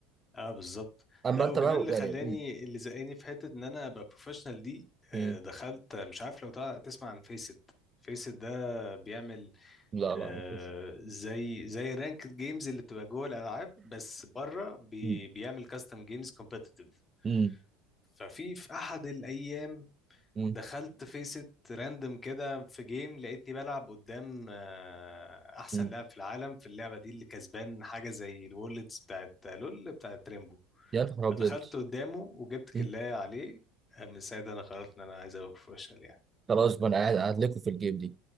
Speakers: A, on the left (about 25°); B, on the right (about 25°).
A: اه بالظبط
B: أما
A: لا
B: أنت
A: وكمان
B: بقى
A: اللي
B: يعني
A: خلاني
B: مم،
A: اللي زقاني في حته ان انا ابقى بروفيشنال دي
B: مم،
A: آه دخلت مش عارف لو تع- تسمع عن فيسد فيسد ده بيعمل
B: لا
A: آه
B: لا ما فيهوش.
A: زي زي رانك جيمز اللي بتبقى جوه الالعاب بس بره بي
B: مم،
A: بيعمل كاستم جيمز كومبتيتيف
B: مم،
A: ففي في احد الايام
B: مم،
A: دخلت فيست راندم كده في جيم لقيتني بلعب قدام آه، احسن
B: مم.
A: لاعب في العالم في اللعبه دي اللي كسبان حاجه زي الوورلدز بتاعت لول بتاعت ريمبو
B: يا نهار ابيض
A: فدخلت قدامه وجبت كلاية
B: مم.
A: عليه آه، من ساعتها انا قررت ان انا عايز ابقى بروفيشنال يعني
B: خلاص بقى انا قاعد قاعد لكم في الجيم دي